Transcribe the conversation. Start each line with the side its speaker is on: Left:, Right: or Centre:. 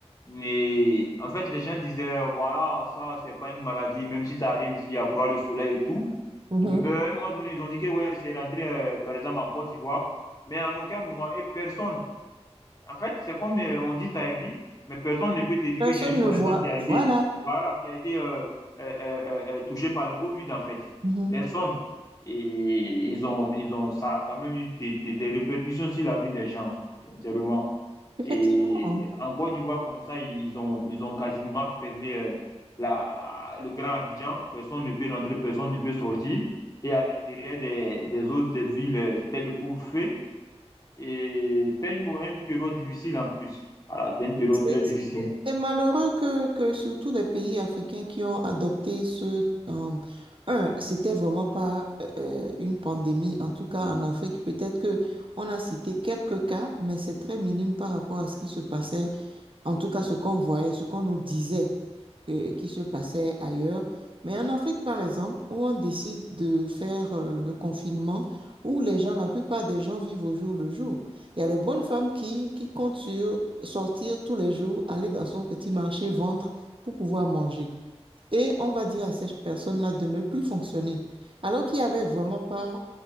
Left: les- en fait, les gens disaient, voilà, ça, c'est pas une maladie, même si ça arrive ici, il y a vraiment le soleil et tout.
Right: mhm.
Left: Mais à un moment donné, ils ont dit que ouais, c'est rentré, euh, par exemple, en Côte d'Ivoire, mais en aucun moment, et personne. En fait, c'est comme euh, on dit, ça existe, mais personne ne peut te dire
Right: personne
Left: que j'ai une
Right: ne
Left: connaissance
Right: voit.
Left: qui a
Right: Voilà.
Left: été, voilà, qui a été euh, euh, euh, euh, touchée par le Covid, en fait.
Right: Mhm.
Left: Personne. Et ils ont, ils ont, ça a quand même eu des, des- des répercussions sur la vie des gens, sincèrement.
Right: Effectivement.
Left: Et en Côte d'Ivoire, comme ça, ils ont, ils ont quasiment fermé euh, la, la- le Grand Abidjan. Personne ne peut rentrer, personne ne peut sortir. Et à l'intérieur des, des autres villes, euh, c'était le couvre-feu. Et c'était une, une période difficile en plus. Voilà, c'était une période
Right: C'est
Left: très difficile.
Right: c'est malheureux que, que surtout les pays africains qui ont adopté ce... euh, un, c'était vraiment pas euh, une pandémie, en tout cas en Afrique. Peut-être que on a cité quelques cas, mais c'est très minime par rapport à ce qui se passait en tout cas ce qu'on voyait, ce qu'on nous disait que- qui se passait ailleurs. Mais en Afrique, par exemple, où on décide de faire euh, le confinement, où les gens, la plupart des gens vivent au jour le jour. Il y a les bonnes femmes qui, qui comptent sur sortir tous les jours, aller dans son petit marché, vendre pour pouvoir manger. Et on va dire à ces personnes-là de ne plus fonctionner. Alors qu'il n'y avait vraiment pas,